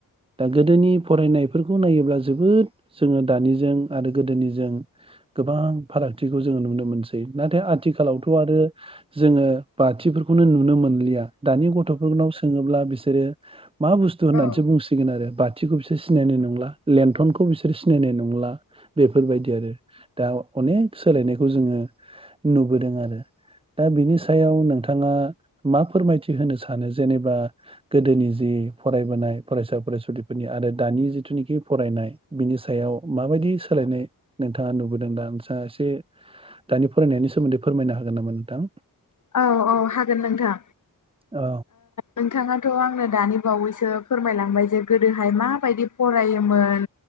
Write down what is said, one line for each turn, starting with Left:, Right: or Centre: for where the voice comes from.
Right: गोदोनि फरायनायफोरखौ नायोब्ला जोबोद जोङो दानिजों आरो गोदोनिजों गोबां गोबां फारागथिखौ जोङो नुनो मोनसै। नाथाय आथिखालावथ' आरो जोङो बाथिफोरखौनो नुनो मोनलिया। दानि गथ'फोरनाव सोङोब्ला बिसोरो मा बुस्थु
Left: औ
Right: होननानैसो
Left: औ
Right: बुंसिगोन आरो बाथिखौ बिसोर सिनायनो नंला लेन्थनखौ बिसोर सिनायनाय नंला बेफोरबायदि आरो दा अनेक सोलायनायखौ जोङो नुबोदों आरो दा बिनि सायाव नोंथां नोंथाङा मा फोरमायथि होनो सानो जेनेबा गोदोनि जि फरायबोनाय फरायसा फरायसुलिफोरनि आरो दानि जिथुनिखि फरायनाय बिनि सायाव माबायदि सोलायनाय नोंथाङा नु बुदोदां सासे दानि फरायनायनि सोमोन्दै फोरमायनो हागोन नामा नोंथां
Left: औ औ हागोन नोंथां
Right: औ
Left: नोंथाङा थ' आंनो दानि बावैसो फोरमायलांबाय जे गोदोहाय माबायदि फरायोमोन